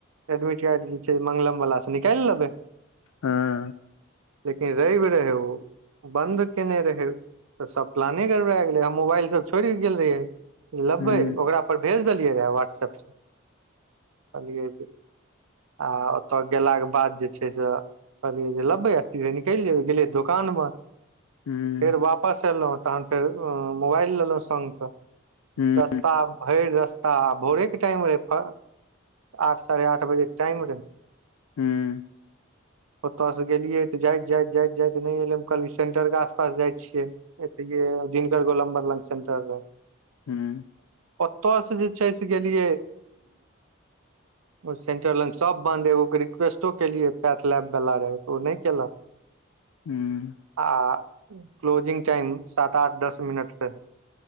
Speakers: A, on the right; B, on the left.
A: एडमिट कार्ड जे छै मंगलम वाला से निकाल लेबै
B: हँ
A: लेकिन रेब रहे ओ बन्द केने रहै तऽ सब प्लाने गड़बा गेलै हम मोबाइल ई सब छोड़ के गेल रहिए लेबै
B: हूँ
A: ओकरा पर भेज देलियै रहए व्हाट्सप सँ कहलियै जे आ ओतऽ गेलाके बाद जे छै से कहलियै जे लबे आ सीधे निकलि जेबै गेलियै दोकान
B: हूँ
A: फेर वाप वापस एलौ तहन फेर मोबाइल लेलौ संग के
B: हूँ
A: आब भरि रस्ता आ भोरे के टाइम रहे आठ साढ़े आठ बजे के टाइम रहे
B: हुँ
A: ओतय से गेलियै तऽ जाइत जाइत जाइत जाइत नहि एले कहलियै सेंटर के आस पास जाय छियै एतय दिनकर गोलमबर लंग सेंटर
B: हूँ
A: ओतयसँ जे छै से गेलियै ओ सेंटर लाइन सब बन्द एगो के रिक्वेस्टो के लिये लैब वला रहे तऽ ओ नहि केलक
B: हूँ
A: आ क्लोजिंग टाइम सात आठ दस मिनट रहे